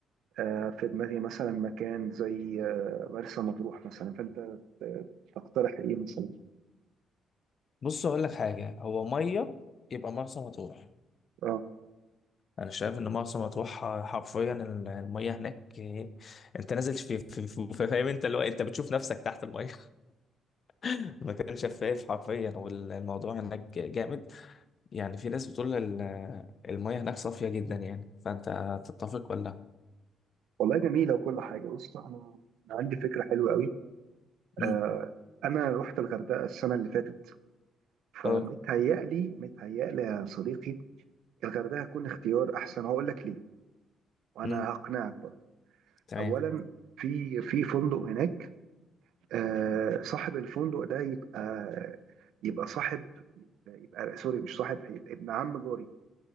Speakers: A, on the right; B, on the left.
A: آه، في دماغي مثلا مكان زي آه، مرسى مطروح مثلا فانت ت- تقترح ايه مثلا
B: بص هقول لك حاجة هو مية يبقى مرسى مطروح
A: اه
B: انا شايف ان مرسى مطروح حرفيا ال- المية هناك آه، انت نازل في, في, في في- فاهم انت اللي هو انت بتشوف نفسك تحت المية <laughs> المكان شفاف حرفيا والموضوع هناك جامد يعني في ناس بتقول ال- المية هناك صافية جدا يعني فأنت تتفق ولا لأ؟
A: والله جميله وكل حاجه بص انا أنا عندي فكره حلوه قوي
B: مم.
A: آه انا رحت الغردقه السنه اللي فاتت فمتهيألي
B: أه
A: متهيألي يا صديقي الغردقه هتكون اختيار احسن هقول لك ليه وانا
B: مم.
A: هقنعك برضه
B: تمام
A: اولا في في فندق هناك آه صاحب الفندق ده يبقى يبقى صاحب يبقى سوري مش صاحب هي- ابن عم جاري